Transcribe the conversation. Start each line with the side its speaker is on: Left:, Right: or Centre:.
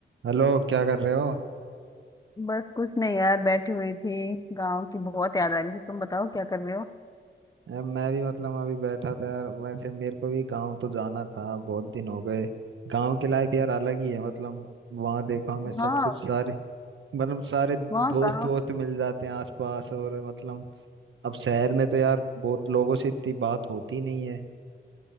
Right: Hello क्या कर रहे हो
Left: बस कुछ नहीं यार बैठी हुई थी गांव की बहुत याद आ रही थी तुम बताओ क्या कर रहे हो
Right: यार मैं भी मतलब अभी बैठा था यार वैसे मेरे को भी गांव तो जाना था बहुत दिन हो गए गांव की लाइफ यार अलग ही है मतलब वहाँ देखो हमें सब
Left: हाँ
Right: कुछ सारे मतलब सारे दोस्त
Left: वहाँ गाँव
Right: दोस्त मिल जाते हैं आसपास और मतलब अब शहर में तो यार बहुत लोगों से इतनी बात होती नहीं है